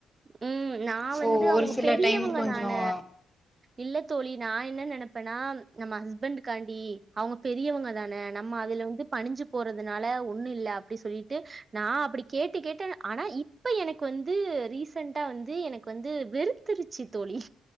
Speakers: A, on the right; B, in the centre.
A: ம் ம் நா
B: ஸோ,
A: வந்து
B: ஒரு
A: அவங்க
B: சில
A: பெரியவங்க
B: டைம் கொஞ்சம்
A: தான இல்ல தோழி நா என்ன நெனப் ப்பனா நம்ம ஹஸ்பண்ட்க்காண்டி அவங்க பெரியவங்கதா ன நம்ம அதுல வந்து பணி்ஞ்சு போறதுனால ஒன்னு இல்ல அப்டி சொல்லிட்டு நா அப்டி கேட்டு கேட்டு ஆனா இப்ப எனக்கு வந்து ரீச ரீசன்ட்டா வந்து எனக்கு வந்து வெறுத்திருச்சி தோழி.